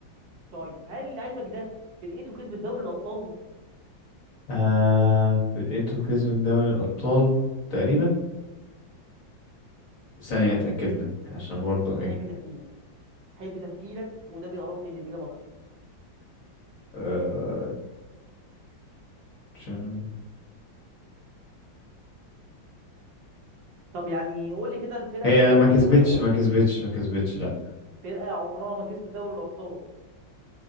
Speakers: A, on the right; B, on the left.
A: طيب هل لعيبك ده فرقته كسبت دوري الابطال
B: آه، فرقته كسبت دوري الأبطال تقريبا ثانية أتأكد لك عشان برضو ايه
A: حب تفكيرك حب تفكيرك وده بيقربني للاجابه اكتر
B: آه... عشان-
A: طب يعني قول لي كده الفرقه
B: هي
A: في الدوري
B: ما كسبتش
A: ليه وانا اقول
B: ما
A: لك
B: كسبتش ما كسبتش لا
A: الفرقه عمرها ما كسبت دوري الابطال